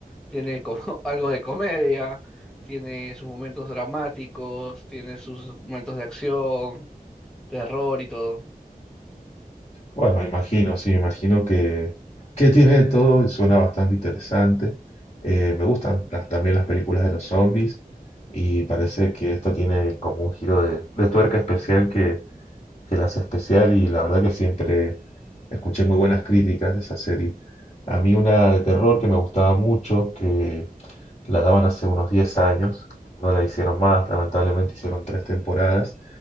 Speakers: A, in the centre; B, on the left.
A: Tiene como, <laughs> algo de comedia, tiene sus momentos dramáticos, tiene sus momentos de acción, terror y todo.
B: Bueno, imagino, sí, imagino que, que tiene de todo y suena bastante interesante. Eh, me gustan las- también las películas de los zombies y parece que esta tiene como un giro de, de tuerca especial que, que la hace especial y la verdad que siempre escuché muy buenas críticas de esa serie. A mí una de terror que me gustaba mucho, que la daban hace unos 10 años, no la hicieron más, lamentablemente hicieron tres temporadas,